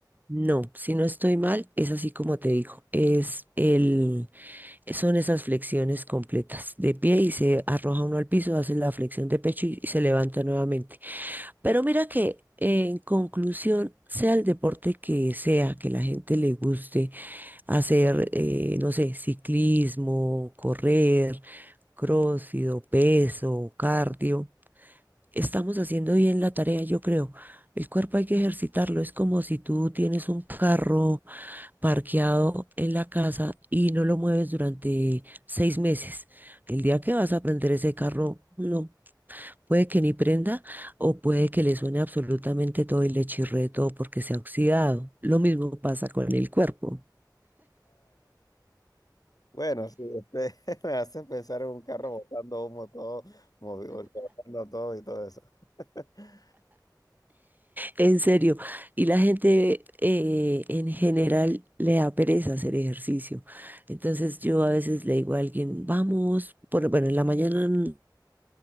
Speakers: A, on the right; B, on the left.
A: No, si no estoy mal, es así como te digo. Es el, son esas flexiones completas de pie y se arroja uno al piso, hace la flexión de pecho y, y se levanta nuevamente. Pero mira que en conclusión, sea el deporte que sea, que la gente le guste hacer, eh, no sé, ciclismo, correr crócido, peso, cardio. Estamos haciendo bien la tarea, yo creo. El cuerpo hay que ejercitarlo. Es como si tú tienes un carro parqueado en la casa y no lo mueves durante seis meses. El día que vas a prender ese carro, no. Puede que ni prenda o puede que le suene absolutamente todo y le chirree todo porque se ha oxidado. Lo mismo pasa con el cuerpo.
B: Bueno, sí, este, <laughs> me hace pensar en un carro botando humo todo, movido, botando todo y todo eso. <laughs>
A: En serio, y la gente eh, en general le da pereza hacer ejercicio. Entonces yo a veces le digo a alguien, vamos, por, bueno, en la mañana, n-